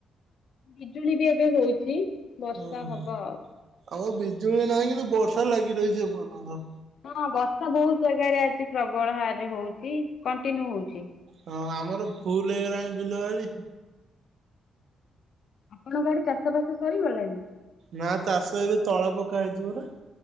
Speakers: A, on the left; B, on the right.
A: ବିଜୁଳି ବି ଏବେ ହଉଛି। ବର୍ଷା
B: ଓ
A: ହବ
B: ହ,
A: ଆଉ।
B: ଆମର ବିଜୁଳି ନାହିଁ କିନ୍ତୁ, ବର୍ଷା ଲାଗି ରହିଛ ଏପର୍ଯନ୍ତ।
A: ହଁ, ବର୍ଷା ବହୁତ ଜାଗାରେ ଆଜି ପ୍ରବଳ ହାରରେ ହଉଛି। କଣ୍ଟିନ୍ୟୁ ହଉଛି।
B: ହଁ, ଆମର ଭୁଲ ହେଇଗଲାଣି ବିଲ ବାଡ଼ି।
A: ଆପଣଙ୍କ ଆଡେ ଚାଷ ବାସ ସରିଗଲାଣି?
B: ନା ଚାଷ ଏବେ ତଳା ପକା ହେଇଛି ପରା।